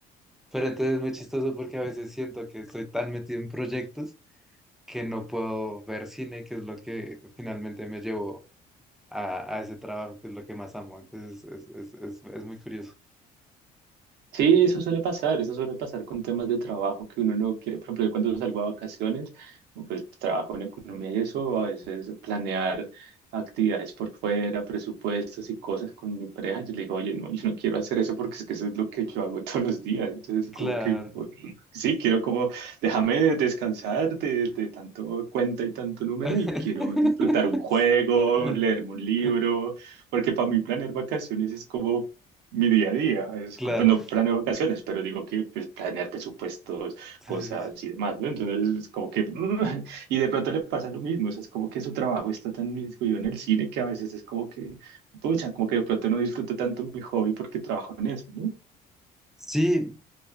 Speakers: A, in the centre; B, on the right.
A: Pero entonces es muy chistoso porque a veces siento que estoy tan metido en proyectos que no puedo ver cine, que es lo que finalmente me llevó a, a ese trabajo, que es lo que más amo. Entonces es, es, es, es muy curioso.
B: Sí, eso suele pasar, eso suele pasar con temas de trabajo que uno no quiere. Por ejemplo, yo cuando salgo a vacaciones, pues trabajo en economía y eso, a veces planear actividades por fuera, presupuestos y cosas con mi pareja, yo le digo, oye, no, yo no quiero hacer eso porque es que eso es lo que yo hago <laughs> todos los días. Entonces,
A: Claro.
B: como que, o- sí, quiero como, déjame descansar de, de tanto cuenta y tanto número
A: <laughs>
B: y quiero disfrutar un juego,
A: Eh,
B: leerme un libro,
A: eh,
B: porque para mí planear vacaciones es como mi día a día. Es,
A: Claro.
B: co- bueno, planeo vacaciones, pero digo que pues, planear presupuestos,
A: Sí,
B: cosas
A: sí, sí.
B: y demás, ¿no? Entonces, es como que, <laughs> mm, y de pronto le pasa lo mismo, o sea, es como que su trabajo está tan incluido en el cine que a veces es como que, pucha, como que de pronto no disfruto tanto mi hobby porque trabajo en eso, ¿no?
A: Sí,